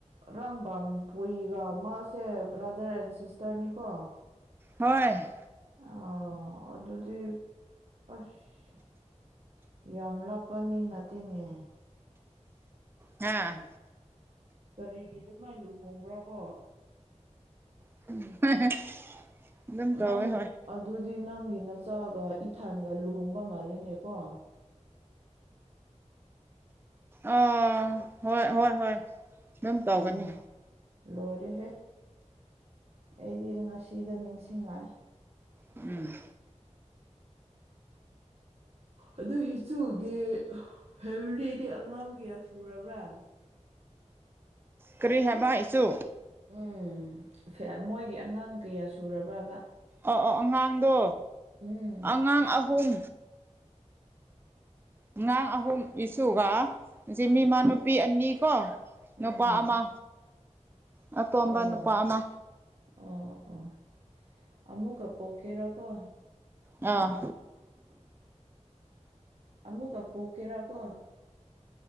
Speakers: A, on the right; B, on the right.
A: ꯔꯪꯕꯝ ꯄꯨꯏꯒ ꯃꯥꯁꯦ ꯕ꯭ꯔꯥꯗꯔ ꯑꯦꯟ ꯁꯤꯁꯇꯔꯅꯤꯀꯣ
B: ꯍꯣꯏ
A: ꯑ ꯑꯗꯨꯗꯤ ꯑꯁ ꯌꯥꯝ ꯂꯥꯞꯄ ꯃꯤ ꯅꯠꯇꯦꯅꯦ
B: ꯍꯥꯥ
A: ꯀꯔꯤꯒꯤ ꯑꯗꯨꯃꯥꯏ ꯂꯨꯍꯣꯡꯕ꯭ꯔꯥ ꯀꯣ
B: <inaudible>
A: ꯅꯪ
B: ꯍꯣꯏ
A: ꯑꯗꯨꯗꯤ ꯅꯪꯒꯤ ꯅꯆꯥꯒ ꯏꯊꯥꯟꯒ ꯂꯨꯍꯣꯡꯕ ꯃꯥꯜꯂꯤꯅꯦꯀꯣ
B: ꯑꯣ ꯍꯣꯏ ꯍꯣꯏ ꯍꯣꯏ ꯑꯗꯨꯝ ꯇꯧꯒꯅꯤ
A: ꯎꯝ ꯂꯣꯏꯔꯦꯍꯦ ꯑꯩꯗꯤ ꯉꯁꯤꯗ ꯅꯤꯡꯁꯤꯡꯂꯛꯑꯦ
B: ꯎꯝ꯫
A: ꯑꯗꯨ ꯏꯆꯨꯒꯤ ꯐꯦꯃꯤꯂꯤꯗꯤ ꯑꯉꯥꯡ ꯀꯌꯥ ꯁꯨꯔꯕ꯭ꯔꯥ
B: ꯀꯔꯤ ꯍꯥꯏꯕ ꯏꯆꯨ
A: ꯎꯝ ꯐꯦꯝ ꯃꯣꯏꯒꯤ ꯑꯉꯥꯡ ꯀꯌꯥ ꯁꯨꯔꯕ꯭ꯔꯥꯕ
B: ꯑꯣ ꯑꯣ ꯑꯉꯥꯡꯗꯣ
A: ꯎꯝ
B: ꯑꯉꯥꯡ ꯑꯍꯨꯝ ꯑꯉꯥꯡ ꯑꯍꯨꯝ ꯏꯁꯨꯒ ꯖꯤꯃꯤꯃꯥꯟ ꯅꯨꯄꯤ ꯑꯅꯤ ꯀꯣ
A: ꯎꯝ
B: ꯅꯨꯄꯥ ꯑꯃ ꯑꯇꯣꯝꯕ
A: ꯑꯣ
B: ꯅꯨꯄꯥ ꯑꯃ
A: ꯑꯣ ꯑꯣ ꯑꯃꯨꯛꯀ ꯄꯣꯛꯀꯦꯔꯥ ꯀꯣ
B: ꯑꯥ
A: ꯑꯃꯨꯛꯀ ꯄꯣꯛꯀꯦꯔꯥ ꯀꯣ